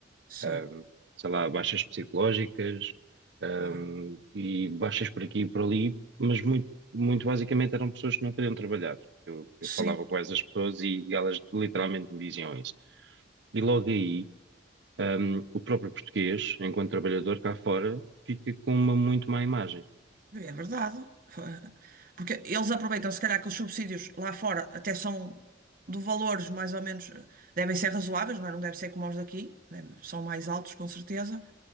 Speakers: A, on the right; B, on the right.
A: Sim,
B: ahm, sei lá, baixas psicológicas, ahm,
A: claro.
B: e baixas por aqui e por ali, mas muito, muito basicamente eram pessoas que não queriam trabalhar. Eu, eu
A: Sim,
B: falava com essas pessoas e, e elas literalmente me diziam isso. E logo aí, ahm, o próprio português, enquanto trabalhador cá fora, fica com uma muito má imagem.
A: é verdade. <laughs> Fa- Porque eles aproveitam, se calhar, que os subsídios lá fora até são de valores mais ou menos, eh, devem ser razoáveis, não é? Não deve ser como os daqui, né? São mais altos, com certeza.